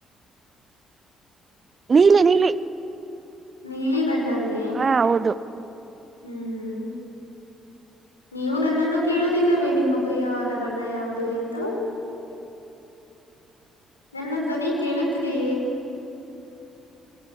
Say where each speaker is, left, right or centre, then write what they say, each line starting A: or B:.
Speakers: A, on the right (about 35°); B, on the left (about 85°).
A: ನೀಲಿ, ನೀಲಿ
B: ನೀಲಿ ಬಣ್ಣವೇ,
A: ಹ ಹೌದು,
B: ಹ್ಮ್, ನೀವು ನನ್ನನ್ನು ಕೇಳುವುದಿಲ್ಲವೇ ನಿಮ್ಮ ಪ್ರಿಯವಾದ ಬಣ್ಣ ಯಾವುದು ಎಂದು, ನನ್ನ ಧ್ವನಿ ಕೇಳುತ್ತಿದೆಯೇ,